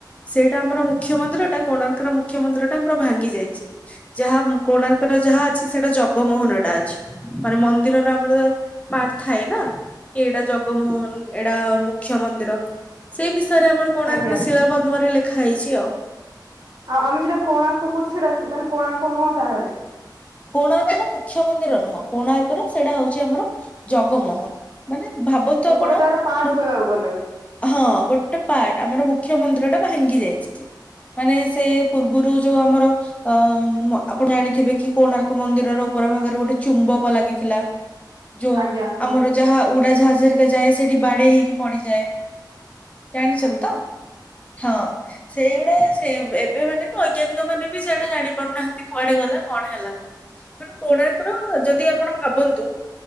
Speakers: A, on the left; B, on the right.
A: ସେଇଟା ଆମର ମୁଖ୍ୟମନ୍ଦିର ଟା କୋଣାର୍କର ମୁଖ୍ୟମନ୍ଦିର ଟା ଆମର ଭାଙ୍ଗି ଯାଇଛି। ଯାହା କୋଣାର୍କର ଯାହା ଅଛି ସେଟା ଜଗମୋହନଟା ଅଛି। ମାନେ ମନ୍ଦିରର ଆମର ପାଠ ଥାଏ ନା କି ଏଇଟା ଜଗ ଜମୋହନ ଏଟା ମୁଖ୍ୟ ମନ୍ଦିର ସେଇ ବିଷୟରେ ଆମର କୋଣାର୍କରେ
B: ଆଜ୍ଞା
A: ଶିଳା ପଦ୍ମରେ ଲେଖ ଖାଇଛି ଆଉ।
B: ଆଉ ଆମେ ଯଉଟା କୋଣାର୍କ କହୁଛୁ ସେଇଟା ମାନେ କୋଣାର୍କ ନୁହଁ ତାହଲେ?
A: କୋଣାର୍କନ ମୁଖ୍ୟ ମନ୍ଦିର ନୁହଁ କୋଣାର୍କନ ସେଇଟା ହଉଛି ଆମର ଜଗମୋହନ। ମାନେ ଭାବନ୍ତୁ ଆପଣ
B: ଗୋଟେ ତାର ପାର୍ଟ
A: ମୁଁ
B: କହିବାକୁ ଗଲେ
A: ହଁ ଗୋଟେ ପାର୍ଟ ଆମର ମୁଖ୍ୟ ମନ୍ଦିର ଟା ଭାଙ୍ଗି ଯାଇଛି। ମାନେ ସେ ପୂର୍ବରୁ ଯୋଉ ଆମର ଅ ଆପଣ ଜାଣିଥିବେ କି? କୋଣାର୍କ ମନ୍ଦିରର ଉପର ଭାଗରେ ଗୋଟେ ଚୁମ୍ବକ ଲାଗିଥିଲା ଯୋଉ
B: ଆଜ୍ଞା ହଁ
A: ଆମର ଯାହା ଉଡାଜାହାଜରିକା ଯାଏ ସେଠି ବାଡେଇ ହେଇକି ପଡିଯାଏ। ଜାଣିଚନ୍ତିତ
B: ଆଜ୍ଞା
A: ହଁ। ସେଇଗୁଡା ସେ ଏବେ ମାନେ ବି ବୈଜ୍ଞାନିକ ମାନେ ବି ସେଇଟା ଜାଣି ପାରୁନାହାନ୍ତି କୁଆଡେ ଗଲା କଣ ହେଲା ବୋଲି ତେଣୁ କୋଣାର୍କ ର ଯଦି ଆପଣ ଭାବନ୍ତୁ?